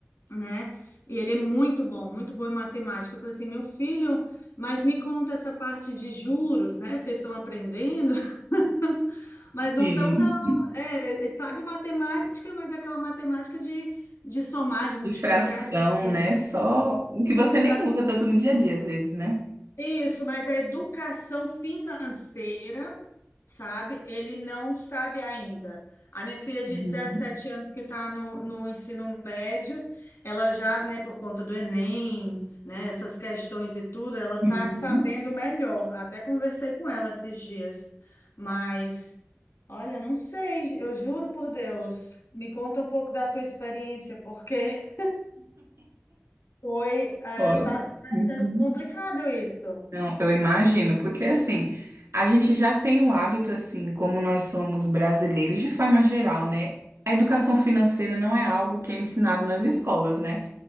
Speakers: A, on the left; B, on the right.
A: né? E ele é muito bom, muito bom em matemática. Eu falei assim, meu filho, mas me conta essa parte de juros, né? Vocês estão aprendendo, <laughs> mas
B: Sim,
A: não estão, não. É, ele sabe matemática, mas é aquela matemática de, de somar, de multiplicar,
B: de fração,
A: de,
B: né? Só o que você
A: de
B: nem usa tanto no dia a dia, às vezes, né?
A: Isso, mas a educação financeira, sabe? Ele não sabe ainda. A minha filha de
B: Uhum.
A: 17 anos que está no, no ensino médio, ela já, né, por conta do Enem, né, essas questões e tudo, ela está
B: Uhum.
A: sabendo melhor. Até conversei com ela esses dias. Mas, olha, não sei, eu juro por Deus. Me conta um pouco da tua experiência, porque <laughs> foi, é,
B: Olha.
A: tá, tá
B: Uhum.
A: sendo complicado isso.
B: Não, eu imagino, porque assim, a gente já tem o hábito, assim, como nós somos brasileiros, de forma geral, né? A educação financeira não é algo que é ensinado nas escolas, né?